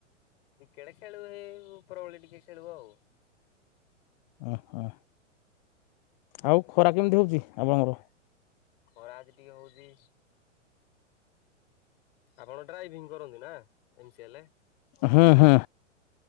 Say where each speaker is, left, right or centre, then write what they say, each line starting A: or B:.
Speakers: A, on the left; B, on the left.
A: କ୍ରିକେଟ ଖେଳୁ ହେ ଉପରବୋଳି ଟିକେ ଖେଳୁ ଆଉ।
B: ଉଁ ହୁଁ ଆଉ ଖରା କେମିତି ହୋଉଛି ଆପଣଙ୍କର?
A: ଖରା ଆଜି ଟିକେ ହଉଛି। ଆପଣ ଡ୍ରାଇଭିଂ କରନ୍ତି ନା ଏମ ସି ଏଲ?
B: ହୁଁ ହୁଁ।